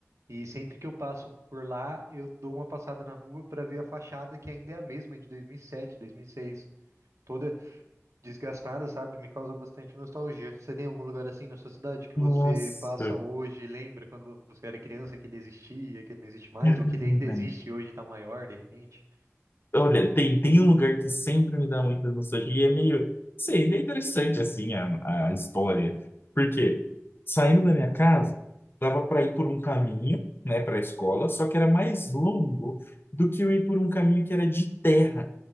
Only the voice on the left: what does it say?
Nossa.
<laughs>
Olha, tem, tem um lugar que sempre me dá muita nostalgia e é meio, sei, é interessante assim a, a história. Porque saindo da minha casa, dava para ir por um caminho, né, para a escola, só que era mais longo do que eu ir por um caminho que era de terra.